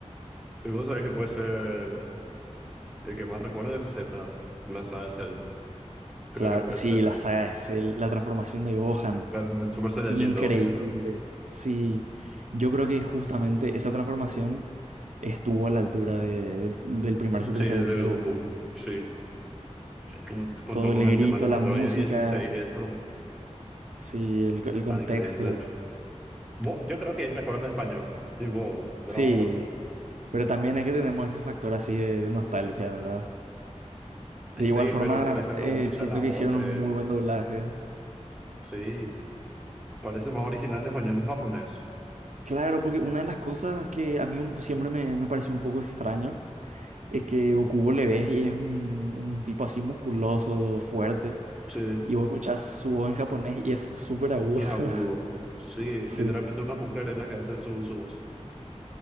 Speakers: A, in the centre; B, on the right.
A: Y vos sabés que puede ser. El que más recuerdo es el Z. No sabes el. Creo
B: Claro,
A: que puede
B: sí,
A: ser el
B: la
A: Z.
B: saga es la transformación de Gohan.
A: La- la Super Saiyajin
B: Increíble.
A: 2, obvio, eso.
B: Sí, yo
A: <laughs>
B: creo que justamente esa transformación estuvo a la altura de- del, del primer Super
A: Sí, el
B: Saiyajin
A: de
B: de
A: Goku.
B: Goku.
A: Sí. Con, con
B: Todo
A: todos
B: el
A: los, el
B: grito,
A: tema de los
B: la
A: androides
B: música,
A: 16 y eso.
B: sí, el, co- el
A: Man,
B: contexto.
A: increíble. Bo- Yo creo que es mejor en español. Tipo,
B: Sí,
A: Dragon Ball.
B: pero también es que tenemos ese factor así de nostalgia, ¿verdad? De
A: Sí,
B: igual forma,
A: pero por ejemplo,
B: eh,
A: vos escuchar
B: siento
A: las
B: que
A: voces.
B: hicieron un muy buen doblaje.
A: Sí. Parece más original en español que en japonés.
B: Claro, porque una de las cosas que a mí un- siempre me, me pareció un poco extraño es que Goku vos le ves y es un, un tipo así musculoso, fuerte.
A: Sí.
B: y vos escuchás su voz en japonés y es súper agudo.
A: Y es
B: <laughs>
A: agudo. Sí,
B: Sí.
A: literalmente una mujer es la que hace su, su voz.